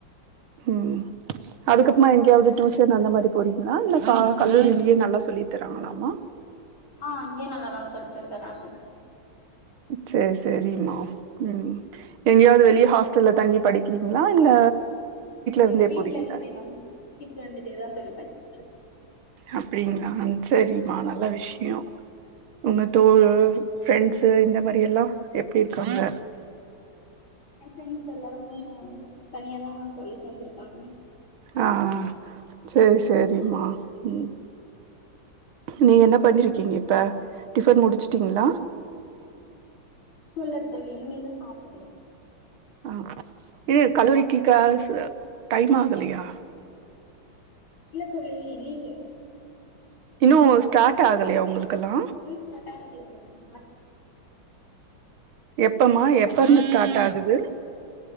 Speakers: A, on the right; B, on the left.
A: ம் அதுக்கப்மா எங்கேயாவது டியூஷன் அந்த மாதிரி போறீங்ளா இல்ல கல்லூர்லயே நல்லா சொல்லி தர்ராங்ளாமா
B: ஆ இங்யே நல்லாதா சொல்லி தர்றாங்க
A: சேர் செரிம்மா ம் எங்கேயாவது வெளியே ஹாஸ்டல்ல தங்கி படிக்கிறீங்ளா இல்ல
B: இல்ல
A: இருந்தே
B: எங் வீட்ல
A: போறீங்களா
B: இருந்துட்டேதா வீட்ல இருந்துட்டேதா தோழி படிச்
A: அப்டிங்ளா செரிம்மா
B: ஆமா
A: நல்ல
B: தோழி
A: விஷ் யோ உங்க தோழு பிரண்ட்ஸ்சு இந்த மாரி எல்லா எப்டி இருக்காங்க
B: எ ப்ரண்ட்ஸ் எல்லாருமே தனியாதா தோழி சேர்ந்திருக்காங்க
A: ஆ சேரி சேரிமா ம் நீங்க என்ன பண்ணிருக்கீங்க இப்ப டிபன் முடிச்சிட்டீங்ளா
B: இப் இல்ல தோழி இனிமேதா சாப்புட்ணு
A: ஆ ஏ கல்லூரிக்கு கிளாசு டைம் ஆகலியா
B: இல்ல தோழி லீவு
A: இன்னும் ஸ்டார்ட் ஆகலயா உங்களுகெல்லா
B: இன்னு ஸ்டார்ட ஆக வேண்டிருக்கு ஆர்
A: எப்பமா எப்பருந்து ஸ்டார்ட் ஆகுது